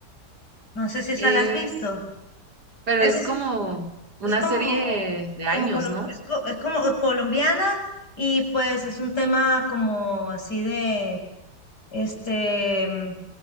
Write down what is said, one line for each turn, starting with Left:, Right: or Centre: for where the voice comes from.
Left: No sé si esa
Right: Es,
Left: la has visto.
Right: pero
Left: Esa
Right: es
Left: es
Right: como una
Left: es como,
Right: serie de
Left: como,
Right: años,
Left: colom-
Right: ¿no?
Left: es, co- es como colombiana y pues es un tema como así de, este, mm,